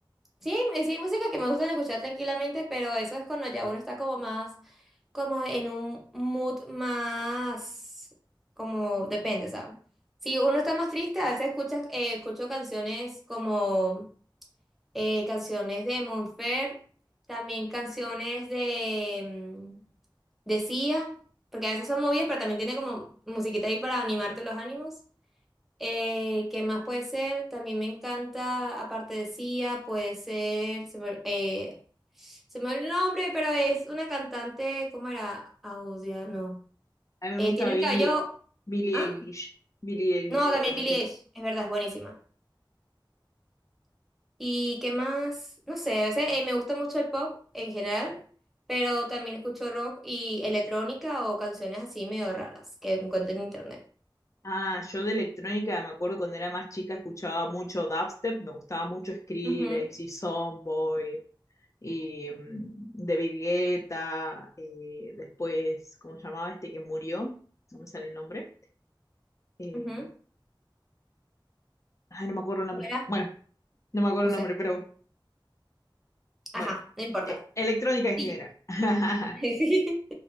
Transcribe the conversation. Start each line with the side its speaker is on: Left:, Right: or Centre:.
Centre: Sí, hay- sí hay música que me gusta escuchar tranquilamente, pero eso es cuando ya uno está como más, como en un mood más, como depende, ¿sabes? Si uno está más triste, a veces escuchas, eh, escucho canciones como eh, canciones de Monfer, también canciones de, mm, de Sia, porque a veces son movidas, pero también tiene como musiquita ahí para animarte los ánimos. Eh, ¿qué más puede ser? También me encanta, aparte de Sia, puede ser, se me, eh, se me olvidó el nombre, pero es una cantante, ¿cómo era? Audia, no.
Left: A mí
Centre: Eh,
Left: me gusta
Centre: tiene
Left: Billie,
Centre: el cabello,
Left: Billie
Centre: ¿ah?
Left: Eilish. Billie Eilish,
Centre: No, también
Left: para cuando
Centre: Billie
Left: estoy...
Centre: Eilish, es verdad, es buenísima. ¿Y qué más? No sé, a veces, eh, me gusta mucho el pop en general, pero también escucho rock y electrónica o canciones así medio raras que encuentro en internet.
Left: Ah, yo de electrónica me acuerdo cuando era más chica escuchaba mucho dubstep, me gustaba mucho Skrillex
Centre: Ujú,
Left: y Soundboy y mm, David Guetta, eh, después, ¿cómo se llamaba este que murió? No me sale el nombre. Eh,
Centre: ujú.
Left: ay, no me acuerdo el nombre.
Centre: ¿Cuál era?
Left: Bueno, no me acuerdo
Centre: No
Left: el nombre,
Centre: sé.
Left: pero
Centre: Ajá,
Left: bueno,
Centre: no importa.
Left: eh, electrónica en
Centre: Sí.
Left: general. <laughs>
Centre: <laughs>